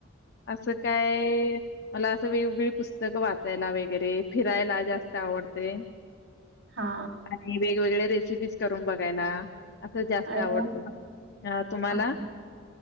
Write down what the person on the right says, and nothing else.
हा.
अरे
वाह!
हा हा.